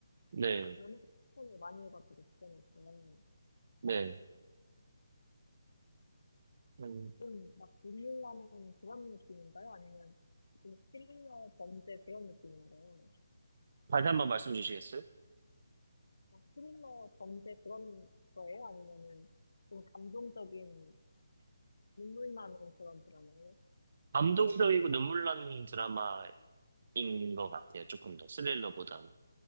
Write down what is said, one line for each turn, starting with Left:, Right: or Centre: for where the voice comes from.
Right: 네,
Left: 연애 추천을 많이 해가지고 추천했고요.
Right: 네. 음,
Left: 좀막 눈물 나는 그런 느낌인가요? 아니면 좀 스릴러 범죄 그런 느낌인가요?
Right: 다시 한 번 말씀 주시겠어요?
Left: 아, 스릴러 범죄 그런 거예요? 아니면은 좀 감동적인 눈물 나는 그런 드라마예요?
Right: 감동적이고 눈물 나는 드라마인 것 같아요. 조금 더 스릴러보다는.